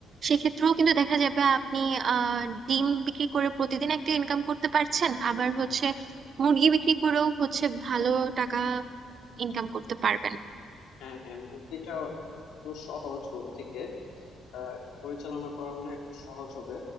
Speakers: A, on the right; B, on the left.
A: সেক্ষেত্রেও কিন্তু দেখা যাবে আপনি আহ ডিম বিক্রি করে প্রতিদিন একটা ইনকাম করতে পারছেন আবার হচ্ছে মুরগি বিক্রি করেও হচ্ছে ভালো টাকা ইনকাম করতে পারবেন
B: হ্যাঁ হ্যাঁ মুরগিটা একটু সহজ গরু থেকে আহ, এটা পরিচালনা করা মনে হয় একটু সহজ হবে